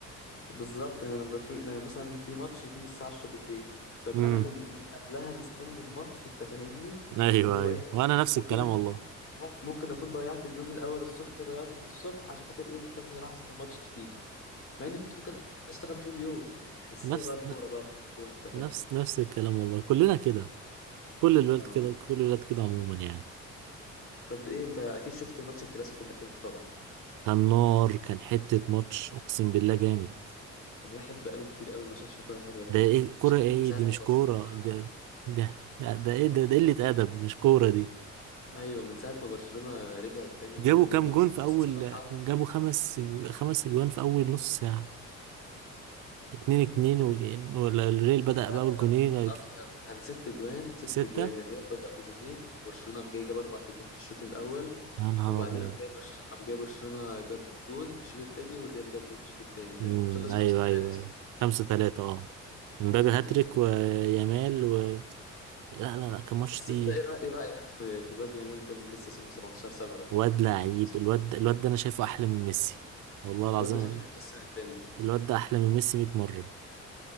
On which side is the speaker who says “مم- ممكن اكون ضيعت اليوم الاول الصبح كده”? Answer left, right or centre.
Left